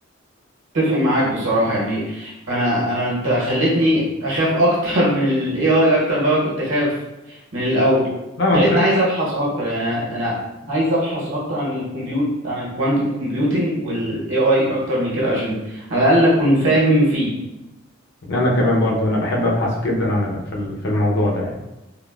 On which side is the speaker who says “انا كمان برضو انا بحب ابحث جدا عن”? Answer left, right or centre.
Left